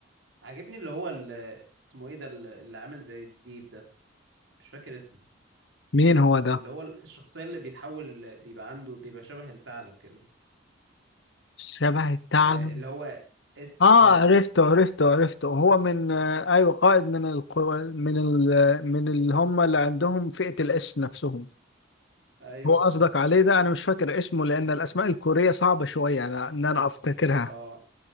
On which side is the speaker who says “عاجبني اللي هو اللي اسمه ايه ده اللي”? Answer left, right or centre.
Right